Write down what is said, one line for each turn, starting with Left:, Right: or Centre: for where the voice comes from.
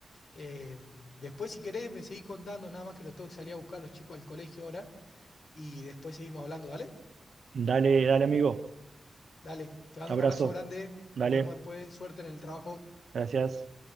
Left: Eh, después, si querés, me seguís contando, nada más que lo tengo que salir a buscar a los chicos al colegio ahora y después seguimos hablando, ¿dale?
Right: Dale, dale amigo,
Left: Dale, te mando
Right: abrazo.
Left: un abrazo grande.
Right: Dale,
Left: Nos vemos después. Suerte en el trabajo.
Right: gracias.